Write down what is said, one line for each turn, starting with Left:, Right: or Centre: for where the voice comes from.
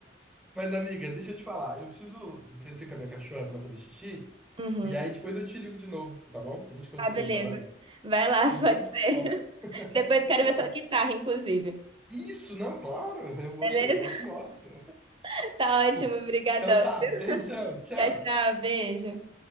Centre: Mas, amiga, deixa eu te falar, eu preciso descer com a minha cachorra para fazer xixi,
Right: Uhum.
Centre: e aí depois eu te ligo de novo, tá bom? A gente continua
Right: Ah, beleza.
Centre: falando.
Right: Vai lá,
Centre: Então
Right: <laughs> pode
Centre: tá
Right: ser.
Centre: bom.
Right: Depois quero
Centre: Então
Right: ver
Centre: tá.
Right: sua guitarra, inclusive.
Centre: Isso, não, claro, eu vou
Right: Beleza?
Centre: te, eu vou te mostro.
Right: <laughs> Tá ótimo,
Centre: <laughs>
Right: brigadão.
Centre: Então tá, beijão, tchau.
Right: Tchau, tchau, beijo.